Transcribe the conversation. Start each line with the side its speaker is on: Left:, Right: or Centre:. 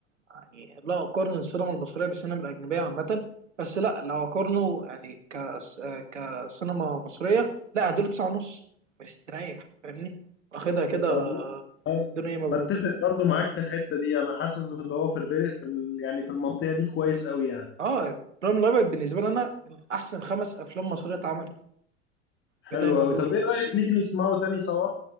Right: يعني لا اقارن السينما المصريه بالسينما الاجنبيه عامه بس لا لو اقارنه يعني كس... كسينما مصريه لا اديله تسعة ونص مستريح فاهمني واخدها كده
Left: تسعة ونص أه،
Right: بدون اي مجهود
Left: بتفق برضو معاك في الحتة دي انا حاسس اللي هو في الريق في ال... يعني في المنطقة دي كويس قوي يعني
Right: اه ريم الابيض بالنسبه لي انا من احسن خمس افلام مصريه اتعملت
Left: حلو
Right: بلا اي مجهود
Left: أوي طب إيه
Right: يعني
Left: رأيك نيجي نسمعه تاني سوا؟